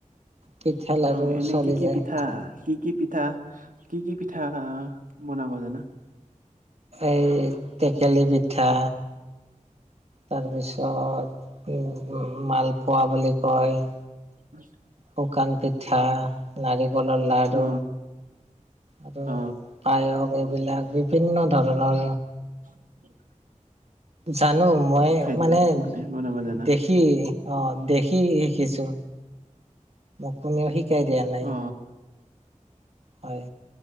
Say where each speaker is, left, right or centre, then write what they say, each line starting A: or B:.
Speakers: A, on the right (about 50°); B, on the right (about 80°).
A: পিঠা লাৰু
B: অ', এনে
A: চলি
B: কি কি
A: যায়
B: পিঠা কি কি পিঠা কি কি পিঠা বনাব জানা?
A: এই টেকেলি পিঠা। তাৰপিছত মালপোৱা বুলি কয়।
B: <inaudible>
A: শুকান পিঠা নাৰিকলৰ লাৰু
B: অ
A: আৰু
B: অ
A: পায়স এইবিলাক বিভিন্ন ধৰণৰ
B: <inaudible>
A: জানো মই
B: খাদ্য
A: মানে
B: বনাব জানা
A: দেখি শি অ', দেখি শিকিছো মোক কোনেও শিকাই দিয়া নাই।
B: অ
A: হয়।